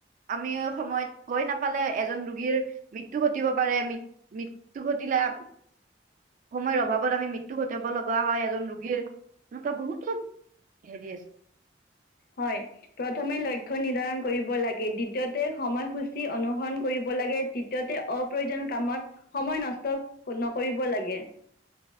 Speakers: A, on the right; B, on the left.
A: আমি সময়ত গৈ নাপালে এজন ৰোগীৰ মৃত্যু ঘটিব পাৰে, মৃ মৃত্যু ঘটিলে সময়ৰ অভাৱত আমি মৃত্যু ঘটাব লগা হয়, এজন ৰোগীৰ সেনেকুৱা বহুতো হেৰি আছে।
B: হয়। প্ৰথমে লক্ষ্য নিৰ্ধাৰণ কৰিব লাগে, দ্বিতীয়তে সময়সূচী অনুসৰণ কৰিব লাগে, তৃতীয়তে অপ্ৰয়োজনীয় কামত সময় নষ্ট নকৰিব লাগে।